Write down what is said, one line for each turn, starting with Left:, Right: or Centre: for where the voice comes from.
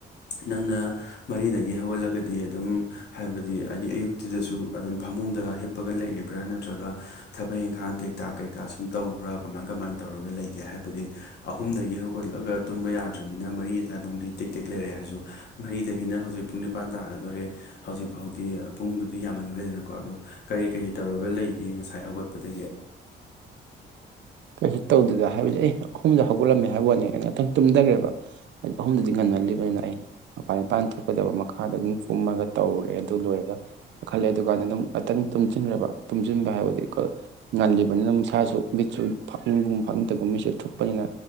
Left: ꯅꯪꯅ ꯃꯔꯤꯗꯒꯤ ꯍꯧꯒꯠꯂꯒꯗꯤ ꯑꯗꯨꯝ ꯍꯥꯏꯕꯗꯤ ꯑꯥꯏꯗꯤ ꯑꯌꯨꯛꯇꯨꯗꯁꯨ ꯑꯗꯨꯝ ꯐꯃꯨꯡꯗ ꯍꯤꯞꯄꯒ ꯂꯩꯔꯤꯕ꯭ꯔꯥ ꯅꯠꯇ꯭ꯔꯒ ꯊꯕꯛ ꯏꯪꯈꯥꯡ ꯇꯦꯛꯇꯥꯛ ꯀꯩꯀꯥ ꯁꯨꯝ ꯇꯧꯕ꯭ꯔꯥ ꯀꯃꯥꯏ ꯀꯃꯥꯏꯅ ꯇꯧꯔꯒ ꯂꯩꯒꯦ ꯍꯥꯏꯕꯗꯤ ꯑꯍꯨꯝꯗꯒꯤ ꯍꯧꯒꯠꯂꯒ ꯇꯨꯝꯕ ꯌꯥꯗ꯭ꯔꯕꯅꯤꯅ ꯃꯔꯤ ꯑꯗꯥꯏꯕꯨꯡꯗꯤ ꯇꯦꯛ- ꯇꯦꯛ ꯂꯩꯔꯦ ꯍꯥꯏꯔꯖꯨ ꯃꯔꯤꯗꯒꯤꯅ ꯍꯧꯖꯤꯛ ꯄꯨꯡ ꯅꯤꯄꯥꯟ ꯇꯥꯒꯗꯣꯔꯦ ꯍꯧꯖꯤꯛ ꯐꯥꯎꯗꯤ ꯄꯨꯡꯗꯨꯗꯤ ꯌꯥꯝꯃꯟꯈ꯭ꯔꯦꯗꯅꯀꯣ ꯑꯗꯣ ꯀꯔꯤ- ꯀꯔꯤ ꯇꯧꯔꯒ ꯂꯩꯒꯦ ꯉꯁꯥꯏ ꯍꯧꯒꯠꯄꯗꯒꯤ
Right: ꯀꯩꯁꯨ ꯇꯧꯗꯦꯗ ꯍꯥꯏꯕꯗꯤ ꯑꯩ ꯑꯍꯨꯝꯗ ꯍꯧꯒꯠꯂꯝꯃꯦ ꯍꯥꯏꯕ ꯋꯥꯅꯦ ꯑ <unintelligible> ꯉꯥꯛꯇꯪ ꯇꯨꯝꯗꯒ꯭ꯔꯦꯕ ꯑꯩꯠ ꯑꯍꯨꯝꯗꯨꯗꯤ ꯉꯟꯃꯜꯂꯤꯕ꯭ꯔꯅ ꯑꯩ ꯃꯄꯥꯟ ꯏꯄꯥꯟ ꯊꯣꯛꯀꯗꯕ ꯃꯈꯥꯗ ꯑꯗꯨꯝ ꯀꯨꯝꯃꯒ ꯇꯧꯔꯦ ꯑꯗꯨ ꯂꯣꯏꯔꯒ ꯈꯜꯂꯦ ꯑꯗꯨꯀꯥꯟꯗ ꯑꯗꯨꯝ ꯉꯥꯛꯇꯪ ꯇꯨꯝꯖꯤꯟꯈ꯭ꯔꯕ ꯇꯨꯝꯖꯤꯟꯕ ꯍꯥꯏꯕꯗꯤꯀ‌ꯣ <unintelligible> ꯉꯜꯂꯤꯕꯅꯤꯅ ꯏꯁꯥꯁꯨ ꯃꯤꯠꯁꯨ ꯐꯥꯛꯅꯤꯡꯒꯨꯝ ꯐꯥꯛꯅꯤꯡꯗꯒꯨꯝ ꯃꯤꯠꯁꯨ ꯊꯨꯞꯄꯅꯤꯅ